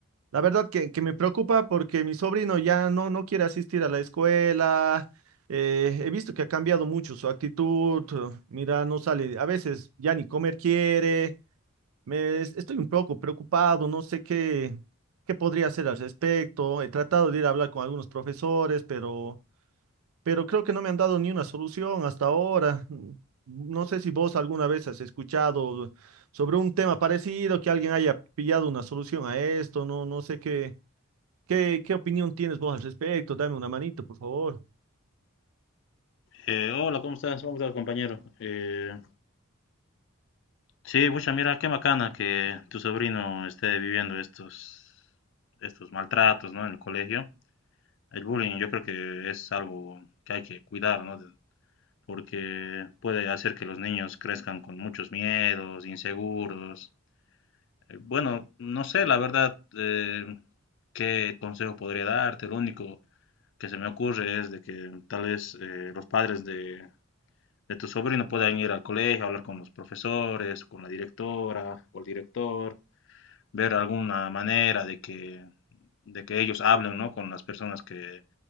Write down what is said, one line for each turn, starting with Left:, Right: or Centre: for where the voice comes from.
Right: La verdad que, que me preocupa porque mi sobrino ya no, no quiere asistir a la escuela. eh, he visto que ha cambiado mucho su actitud. eh, Mira, no sale, a veces ya ni comer quiere. Me, es- estoy un poco preocupado, no sé qué, qué podría hacer al respecto. He tratado de ir a hablar con algunos profesores, pero pero creo que no me han dado ni una solución hasta ahora. No sé si vos alguna vez has escuchado sobre un tema parecido, que alguien haya pillado una solución a esto, no, no sé qué, qué, qué opinión tienes vos al respecto, dame una manito, por favor.
Left: Eh, hola, ¿cómo estás? ¿Cómo estás, compañero? Eh, sí, mucha mira, qué bacana que tu sobrino esté viviendo estos, estos maltratos, ¿no? En el colegio. El bullying yo creo que es algo que hay que cuidar, ¿no? de- Porque puede hacer que los niños crezcan con muchos miedos, inseguros. Eh, Bueno, no sé, la verdad, eh, qué consejo podría darte. Lo único que se me ocurre es de que tal vez eh, los padres de, de tu sobrino puedan ir al colegio, hablar con los profesores, con la directora o el director, ver alguna manera de que, de que ellos hablen, ¿no? con las personas que,